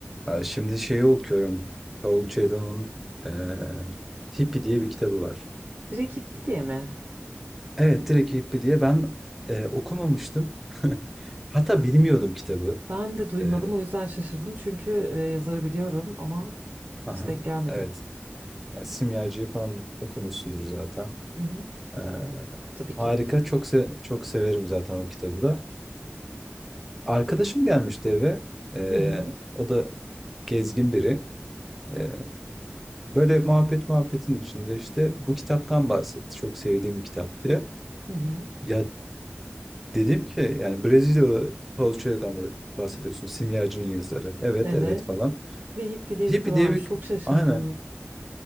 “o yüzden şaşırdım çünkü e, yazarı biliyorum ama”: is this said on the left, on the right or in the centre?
Right